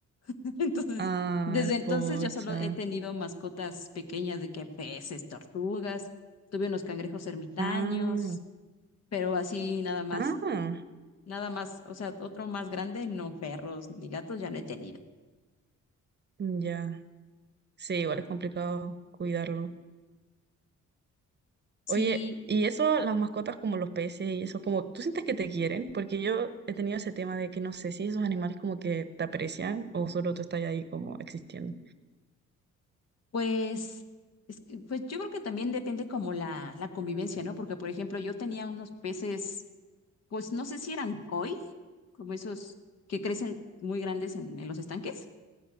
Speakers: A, on the left; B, on the right.
A: <laughs> Entonces,
B: Ay,
A: desde entonces
B: pocha.
A: ya solo he tenido mascotas pequeñas de que peces, tortugas, tuve unos cangrejos ermitaños,
B: Ah,
A: pero así nada más,
B: ah,
A: nada más, o sea, otro más grande, no perros ni gatos ya no he tenido.
B: ya. Sí, igual es complicado cuidarlo.
A: Sí,
B: Oye, y eso, las mascotas como los peces y eso, como, ¿tú sientes que te quieren? Porque yo he tenido ese tema de que no sé si esos animales como que te aprecian o solo tú estás ahí como existiendo.
A: pues, es que, pues yo creo que también depende como la, la convivencia, ¿no? Porque, por ejemplo, yo tenía unos peces, pues no sé si eran koi, como esos que crecen muy grandes en en los estanques